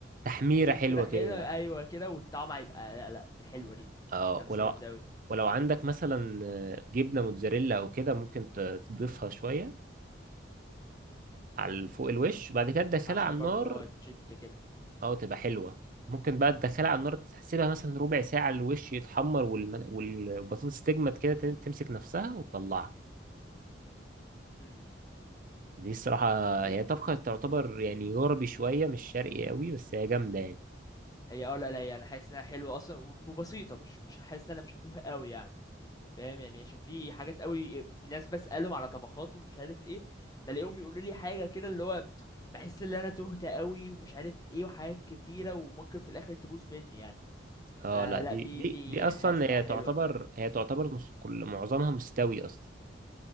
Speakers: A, on the right (about 45°); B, on the left (about 20°).
A: تحميره
B: لون
A: حلوه
B: كده حلو
A: كده
B: ايوه كده والطعم هيبقى لا لا دي حلوه دي
A: اه
B: لمسه
A: ولو
B: جامده قوي
A: ولو عندك مثلا آه، جبنه موتزاريلا او كده ممكن ت- تضيفها شويه على فوق الوش بعد كده تدخلها
B: عشان
A: على النار
B: برضو اه تشد كده
A: اه تبقى حلوة ممكن بقى تدخلها على النار تسيبها مثلا ربع ساعة الوش يتحمر والم... والبطاطس تجمد كده تم- تمسك نفسها وتطلعها
B: امم
A: دي الصراحة
B: ايه
A: هي طبخة تعتبر يعني غربي شوية مش شرقي قوي بس هي جامدة يعني
B: هي اه لا لا يعني حاسس انها حلوه اصلا و- وبسيطه مش مش حاسس ان انا مش هتوه قوي يعني فاهم يعني عشان في حاجات قوي ناس بسالهم على طبخات ومش عارف ايه بلاقيهم يقولوا لي حاجه كده اللي هو بحس ان انا تهت قوي ومش عارف ايه وحاجات كتيره وممكن في الاخر تبوظ مني يعني
A: اه
B: فلا
A: لا دي
B: دي
A: دي
B: دي
A: دي اصلا
B: حاسس انها
A: هي
B: حلوه
A: تعتبر هي تعتبر نص كل معظمها مستوي اصلا